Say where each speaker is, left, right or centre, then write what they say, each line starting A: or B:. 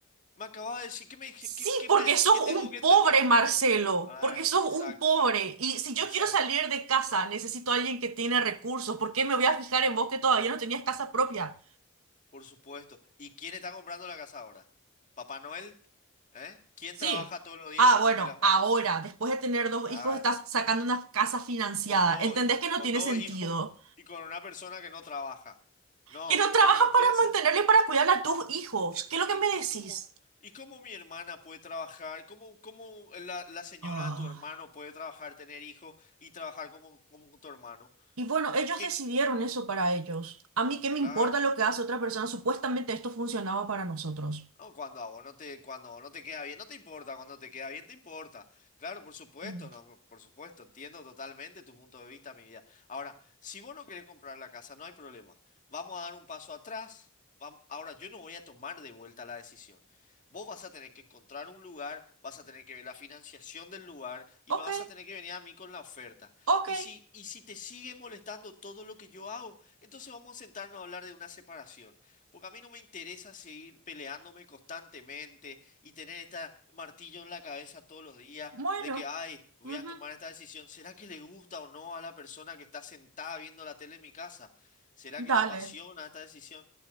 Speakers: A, on the left (about 40°); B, on the right (about 80°).
A: Me acabas de decir, que me dije?
B: Sí,
A: ¿Qué, qué,
B: porque
A: pe-
B: sos
A: qué tengo
B: un
A: que entender?
B: pobre, Marcelo,
A: Ah,
B: porque sos
A: exacto,
B: un pobre. Y si yo
A: exacto.
B: quiero salir de casa, necesito a alguien que tiene recursos. ¿Por qué me voy a fijar en vos que todavía no tenías casa propia?
A: Por supuesto. ¿Y quién está comprando la casa ahora? ¿Papá Noel? ¿Eh? ¿Quién
B: Sí.
A: trabaja todos los días
B: Ah,
A: y se
B: bueno,
A: rompe la espalda?
B: ahora, después de tener dos
A: Claro,
B: hijos, estás sacando una casa financiada.
A: con dos
B: ¿Entendés
A: hijos,
B: que no
A: con
B: tiene
A: dos
B: sentido?
A: hijos y con una persona que no trabaja. No,
B: Que no trabajan
A: lo que no tienes
B: para
A: es...
B: mantenerle y para cuidar a tus hijos.
A: ¿Y,
B: ¿Qué es lo
A: y-
B: que me decís?
A: y cómo, y cómo mi hermana puede trabajar? ¿Cómo, cómo la, la señora
B: Ah,
A: de tu hermano puede trabajar, tener hijos y trabajar como, como tu hermano?
B: Y bueno, ellos
A: ¿Qué?
B: decidieron eso para ellos. A mí qué me
A: Claro.
B: importa lo que hace otra persona. Supuestamente esto funcionaba para nosotros.
A: No, cuando a vos no te, cuando no te queda bien, no te importa, cuando te queda bien, te importa. Claro, por supuesto,
B: mm.
A: no, por supuesto, entiendo totalmente tu punto de vista, mi vida. Ahora, si vos no querés comprar la casa, no hay problema. Vamos a dar un paso atrás. vam- Ahora, yo no voy a tomar de vuelta la decisión. Vos vas a tener que encontrar un lugar, vas a tener que ver la financiación del lugar y
B: Ok,
A: me vas a tener que venir a mí con la oferta.
B: ok,
A: Y si, y si te sigue molestando todo lo que yo hago, entonces vamos a sentarnos a hablar de una separación. Porque a mí no me interesa seguir peleándome constantemente y tener este martillo en la cabeza todos los días
B: bueno,
A: de que, ay, voy
B: ujú,
A: a tomar esta decisión. ¿Será que le gusta o no a la persona que está sentada viendo la tele en mi casa? ¿Será
B: dale.
A: que le apasiona esta decisión?